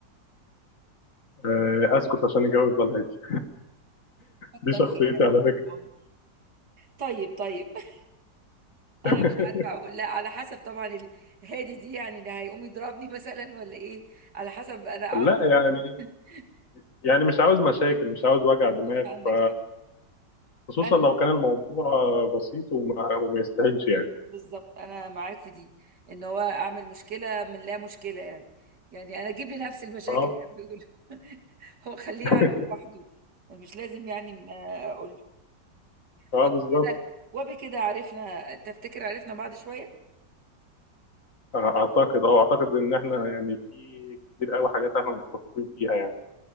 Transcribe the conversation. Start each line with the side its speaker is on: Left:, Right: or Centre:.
Left: آه اسكت عشان الجو يفضل هادي
Right: كتر
Left: دي شخصيتي
Right: خيرك
Left: على فكره
Right: والله طيب طيب <laughs>
Left: <laughs>
Right: انا مش عارفه اقول لا على حسب طبعا الهادي دي يعني اللي هيقوم يضربني <laughs> مثلا ولا ايه على حسب انا اعرف
Left: لا يعني
Right: <laughs>
Left: يعني مش عاوز مشاكل مش عاوز وجع
Right: بالظبط
Left: دماغ
Right: عندك
Left: ف
Right: حق
Left: خصوصا
Right: انا
Left: لو
Right: ممكن
Left: كان الموضوع بسيط وما, وما يستاهلش يعني
Right: بالظبط انا معاك في دي ان هو اعمل مشكله من لا مشكله يعني يعني انا اجيب لنفسي المشاكل
Left: اه
Right: اللي بيقولوا <laughs> هو خليه
Left: <laughs>
Right: يعرف لوحده مش لازم يعني ما اقول له.
Left: اه
Right: وبكده
Left: بالظبط
Right: وبكده عرفنا تفتكر عرفنا بعض شويه
Left: اعتقد اه اعتقد ان احنا يعني في كتير قوي حاجات احنا متفقين فيها يعني